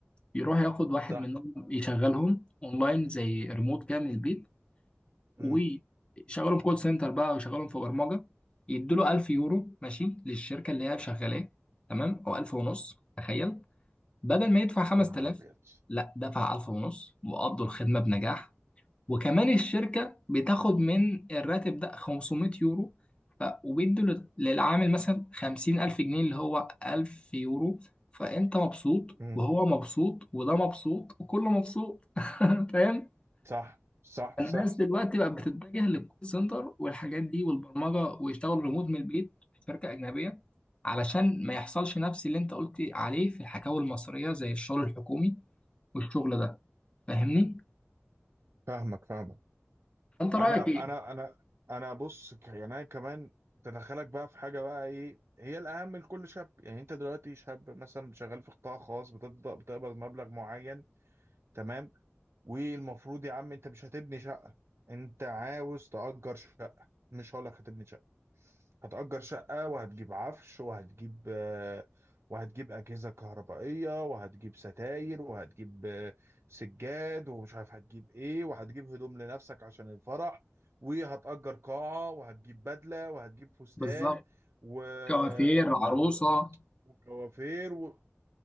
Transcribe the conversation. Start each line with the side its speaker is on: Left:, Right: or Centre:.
Left: يروح ياخد واحد
Right: صح
Left: منهم يشغلهم اونلاين زي ريموت كده من البيت
Right: امم
Left: ويشغلهم كول سنتر بقى ويشغلهم في برمجة يدوا له 1000 يورو ماشي للشركة اللي هي شغالاه تمام او 1000 ونص تخيل بدل ما يدفع 5000
Right: يا نهار ابيض
Left: لا دفع 1000 ونص وقضوا الخدمة بنجاح وكمان الشركة بتاخد من الراتب ده 500 يورو ف... وبيدوا لل- للعامل مثلا 50000 جنيه اللي هو 1000 يورو فأنت مبسوط
Right: امم
Left: وهو مبسوط وده مبسوط وكله مبسوط <laughs> فاهم؟
Right: صح صح
Left: الناس
Right: صح
Left: دلوقتي بقت بتتجه للكول سنتر والحاجات دي والبرمجة ويشتغلوا ريموت من البيت في شركة أجنبية علشان ما يحصلش نفس اللي انت قلت عليه في الحكاوي المصرية زي الشغل الحكومي والشغل ده فاهمني
Right: فاهمك فاهمك
Left: انت رايك
Right: انا
Left: ايه
Right: انا انا انا بص ك- يعني انا كمان تدخلك بقى في حاجه بقى ايه هي الاهم لكل شاب يعني انت دلوقتي شاب مثلا شغال في قطاع خاص بتبدا بتقبض مبلغ معين تمام والمفروض يا عم انت مش هتبني شقة انت عاوز تأجر شقة مش هقولك هتبني شقة هتأجر شقة وهتجيب عفش وهتجيب آه، وهتجيب أجهزة كهربائية وهتجيب ستاير وهتجيب آه، سجاد ومش عارف هتجيب ايه وهتجيب هدوم لنفسك عشان الفرح وهتأجر قاعة وهتجيب بدلة وهتجيب فستان
Left: بالظبط
Right: و...
Left: كوافير
Right: و...
Left: عروسه
Right: و- وكوافير و...